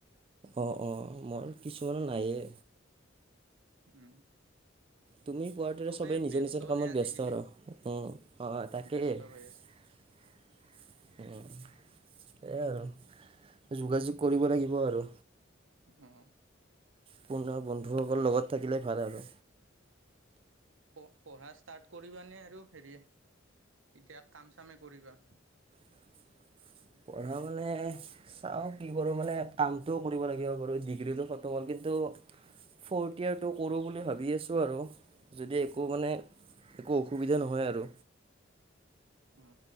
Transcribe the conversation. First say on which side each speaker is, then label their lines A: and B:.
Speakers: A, on the right; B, on the right.
A: অঁ অঁ মোৰ কিছুমানৰ নায়েই
B: উম
A: তুমি কোৱাৰ দৰে
B: চবেই
A: সবেই নিজৰ
B: ব্যস্তনে
A: নিজৰ কামত
B: আজিকালি
A: ব্যস্ত আৰু উম অ তাকেই
B: ব্যস্ত
A: ওম
B: হৈ আছে
A: সেয়াই আৰু যোগাযোগ কৰিব লাগিব আৰু
B: অ
A: পোৱণা বন্ধুসকল লগত থাকিলে ভাল আৰু
B: প পঢ়া ষ্টাৰ্ট কৰিবানে আৰু হেৰি এতিয়া কাম চামে কৰিবা
A: <unintelligible> পঢ়া মানে চাওঁ কি কৰোঁ মানে কামটোও কৰিব লাগিব বাৰু ডিগ্ৰীটো ফতম হ'ল কিন্তু ফ'ৰ্থ ইয়েৰটো কৰোঁ বুলি ভাবি আছোঁ আৰু যদি একো মানে একো অসুবিধা নহয় আৰু
B: অ